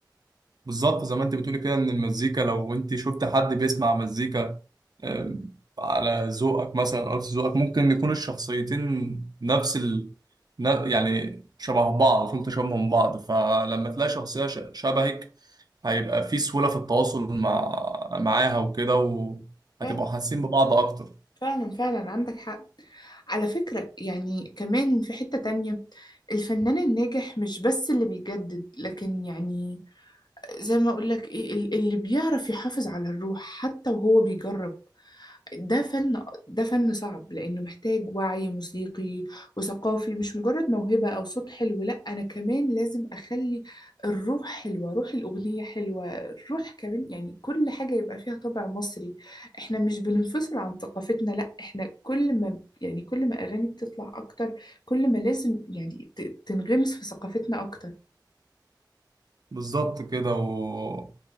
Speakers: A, on the right; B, on the left.
A: بالظبط زي ما أنت بتقولي كده إن المزيكا لو أنت شفت حد بيسمع مزيكا آم، على ذوقك مثلا أو نفس ذوقك ممكن يكون الشخصيتين نفس ال... ن- يعني شبه بعض فيهم تشابه من بعض فلما تلاقي شخصية ش- شبهك هيبقى في سهولة في التواصل مع معاها وكده وهتبقوا
B: ف-
A: حاسين ببعض أكتر
B: فعلا فعلا عندك حق على فكرة يعني كمان في حتة تانية الفنان الناجح مش بس اللي بيجدد لكن يعني زي ما اقولك ايه ال- اللي بيعرف يحافظ على الروح حتى وهو بيجرب ده فن ده فن صعب لأنه محتاج وعي موسيقي وثقافي مش مجرد موهبة أو صوت حلو لأ أنا كمان لازم أخلي الروح حلوة روح الأغنية حلوة الروح كمان يعني كل حاجة يبقى فيها طابع مصري إحنا مش بننفصل عن ثقافتنا لأ إحنا كل ما يعني كل ما أغاني بتطلع أكتر كل ما لازم يعني ت- تنغمس في ثقافتنا أكتر
A: بالظبط كده و...